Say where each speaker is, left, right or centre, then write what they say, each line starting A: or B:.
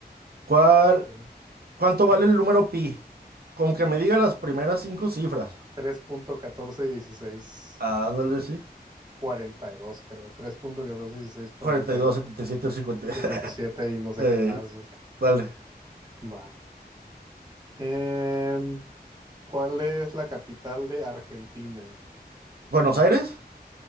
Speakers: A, on the right (about 65°); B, on the right (about 25°).
A: ¿Cuál?
B: tiene,
A: ¿Cuánto
B: Ajá.
A: vale el número pi? Como que me diga las primeras cinco cifras.
B: tres punto catorce dieciséis
A: Ah, Ándale, sí.
B: cuarenta y dos creo. 3.1416, 42.
A: 42, 77, 50.
B: 77
A: <laughs>
B: y dos. setenta y siete y no sé
A: Eh,
B: qué más. o sea.
A: dale.
B: Va. Em, ¿cuál es la capital de Argentina?
A: ¿Buenos Aires?